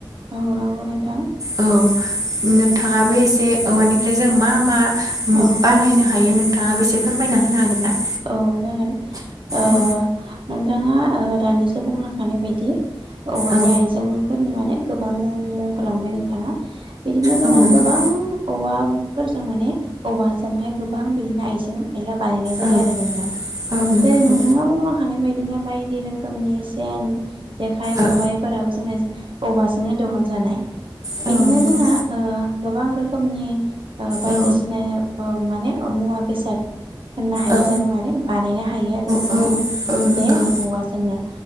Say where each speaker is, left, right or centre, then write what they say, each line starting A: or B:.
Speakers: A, on the right; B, on the right.
A: औ नंगौ नोंथां
B: औ नोंथाङाबो एसे औवानिफ्राय जों मा मा बानायनो
A: औ
B: हायो नोंथाङा बेसे फोरमायना होनो हागोन ना
A: औ जागोन। ओ
B: औ
A: नोंथाङा दानिसो बुंलांखानाय बायदि औवानि
B: औ
A: आइजेंफोरनि माने गोबां मुं मुंखौ लांबाय नोंथाङा। बिदिनो जोंना
B: औ नंगौ
A: गोबां औवा फोरजों माने औवाजोंहाय गोबां बिदिनो आइजें आयला बानायनाय जायो
B: औ
A: आरो नोंथां
B: औ नंगौ
A: जेरै नोंथाङा बुंलांखानाय बायदिनो बायदि रोखोमनि सेन जेखाइ खबाइफोराबो
B: औ
A: जोंना औवाजोंनो दहन जानाय।
B: औ
A: बिदिनो
B: नंगौ
A: जोंना ओ गोबां रोखोमनि बायदिसिना
B: औ
A: माने मुवा बेसाद होननो हायो
B: औ
A: जों माने बानायनो हायो आरो जोंना
B: औ नंगौ औ औ औ
A: बे
B: नंगौ
A: औवाजोंनो।